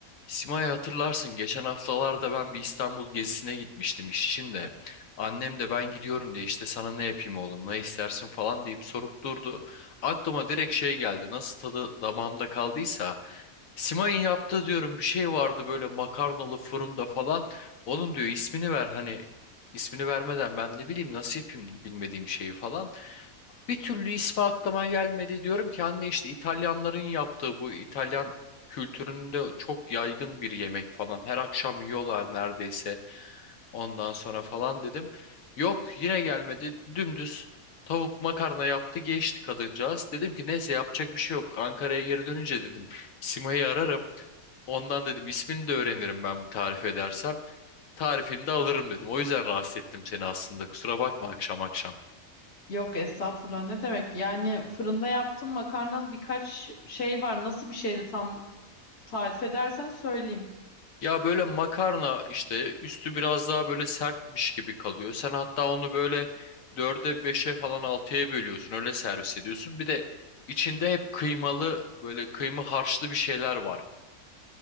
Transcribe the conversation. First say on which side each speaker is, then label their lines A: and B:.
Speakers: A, on the left (about 70°); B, on the left (about 85°).
A: Simay hatırlarsın geçen haftalarda ben bir İstanbul gezisine gitmiştim iş için de. Annem de ben gidiyorum diye işte sana ne yapayım oğlum ne istersin falan deyip sorup durdu. Aklıma direkt şey geldi nasıl tadı damağımda kaldıysa. Simay'ın yaptığı diyorum bir şey vardı böyle makarnalı fırında falan. Oğlum diyor ismini ver hani ismini vermeden ben ne bileyim nasıl yapayım bilmediğim şeyi falan. Bir türlü ismi aklıma gelmedi diyorum ki anne işte İtalyanların yaptığı bu İtalyan kültüründe çok yaygın bir yemek falan. Her akşam yiyorlar neredeyse ondan sonra falan dedim. Yok yine gelmedi dümdüz tavuk makarna yaptı geçti kadıncağız. Dedim ki neyse yapacak bir şey yok. Ankara'ya geri dönünce dedim Sima'yı ararım. Ondan dedim ismini de öğrenirim ben tarif edersem. Tarifini de alırım dedim. O yüzden rahatsız ettim seni aslında. Kusura bakma akşam akşam.
B: Yok estağfurullah ne demek? Yani fırında yaptığım makarnalı birkaç şey var. Nasıl bir şeydi tam tarif edersen söyleyeyim.
A: Ya böyle makarna işte üstü biraz daha böyle sertmiş gibi kalıyor. Sen hatta onu böyle dörde beşe falan altıya bölüyorsun öyle servis ediyorsun. Bir de içinde hep kıymalı böyle kıyma harçlı bir şeyler var.